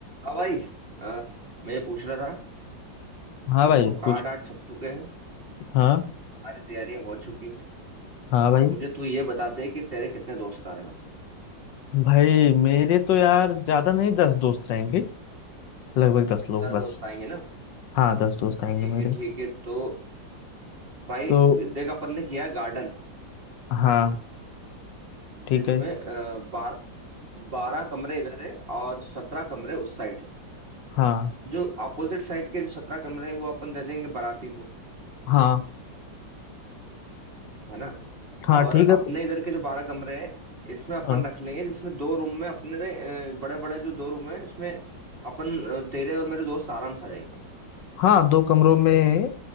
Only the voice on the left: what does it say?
हाँ
भाई
कुछ
हाँ
हाँ भाई
भाई मेरे तो यार ज्यादा नहीं दस दोस्त रहेंगे लगभग दस लोग
बस
हाँ दस दोस्त आएंगे
मेरे
तो
हाँ ठीक
है
हाँ
हाँ
हाँ
ठीक है
हाँ
हाँ दो कमरों में